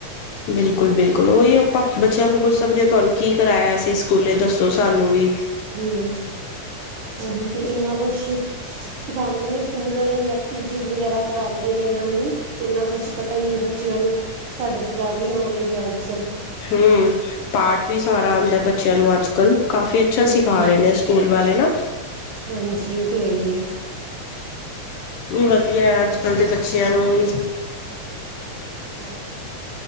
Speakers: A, on the left (about 70°); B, on the right (about 65°).
A: ਬਿਲਕੁਲ-ਬਿਲਕੁਲ ਉਹੀ ਆਪਾਂ ਬੱਚਿਆਂ ਕੋਲ ਪੁੱਛ ਸਕਦੇ ਤੁਹਾਨੂੰ ਕੀ ਕਰਾਇਆ ਅਸੀਂ ਸਕੂਲੇ ਦੱਸੋ ਸਾਨੂੰ ਵੀ।
B: ਹਮ ਉਹੀ ਤੇ ਇਨਾ ਕੁਛ ਸਿਖਾਉਂਦੇ ਨੇ ਸਕੂਲ ਆਲੇ ਵੀ ਐਕਟੀਵਿਟੀਜ ਵਗੈਰਾ ਕਰਾਉਂਦੇ ਨੇ ਇਹਨਾਂ ਨੂੰ ਇੰਨਾ ਕੁਛ ਪਤਾ ਹੀ ਹੈ ਬੱਚਿਆਂ ਨੂੰ ਸਾਡੇ ਤੋਂ ਜਾਦਾ ਹੀ ਨੌਲੇਜ ਹੈ ਅੱਜ -ਕੱਲ।
A: ਹਮ ਪਾਠ ਵੀ ਸਾਰਾ ਆਦਾ ਬੱਚਿਆਂ ਨੂੰ ਅੱਜਕਲ। ਕਾਫੀ ਅੱਛਾ
B: ਹਮ
A: ਸਿਖਾ ਰਹੇ ਨੇ ਸਕੂਲ ਵਾਲੇ ਨਾ।
B: ਹਾਂਜੀ ਉਹ ਤੇ ਹੈ ਹੀ ਏ।
A: ਵਧੀਆ ਅੱਜ-ਕਲ ਦੇ ਬੱਚਿਆਂ ਨੂੰ ਵੀ
B: ਹਾਂ